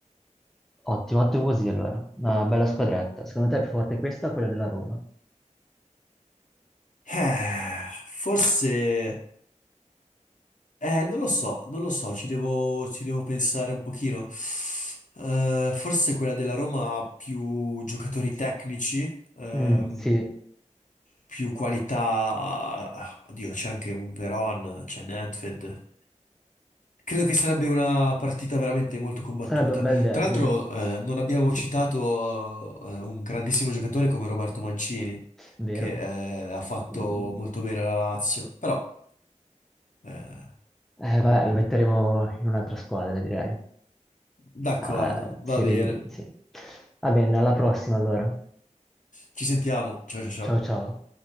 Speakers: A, in the centre; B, on the left (about 80°).
A: Ottimo, ottimo così allora. Una bella squadretta. Secondo te è più forte questa o quella della Roma?
B: Eh, forse. Eh, non lo so, non lo so, ci devo, ci devo pensare un pochino. Eh, forse quella della Roma ha più giocatori tecnici, ehm,
A: Mm, sì.
B: più qualità. Oddio, c'è anche un Veron, c'è Nedved. Credo che sarebbe una partita veramente molto combattuta.
A: Sarebbe un bel derby,
B: Tra l'altro, eh, non abbiamo
A: sì,
B: citato, eh, un grandissimo giocatore come Roberto Mancini,
A: vero.
B: che, eh, ha fatto
A: Mm,
B: molto bene alla Lazio, però... eh,
A: Eh, vabbè, lo metteremo in un'altra squadra, direi.
B: D'accordo,
A: Ah,
B: va
A: si
B: bene.
A: ri- sì. Va bene, alla prossima allora.
B: Ci sentiamo. Ciao ciao ciao.
A: Ciao ciao.